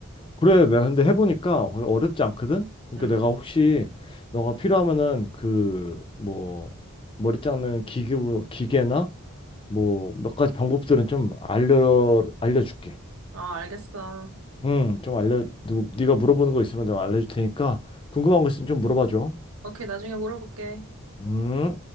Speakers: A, on the left; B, on the right.
A: 그래 내가 근데 해보니까 어려- 어렵지 않거든. 그러니까
B: 응.
A: 내가 혹시 너가 필요하면은 그 뭐 머리 자르는 기구 기계나 뭐 몇 가지 방법들은 좀 알려 알려줄게.
B: 아, 알겠어.
A: 음 좀 알려 누 네가 물어보는 거 있으면 내가 알려줄 테니까 궁금한 거 있으면 좀 물어봐 줘.
B: 오케이, 나중에 물어볼게.
A: 음.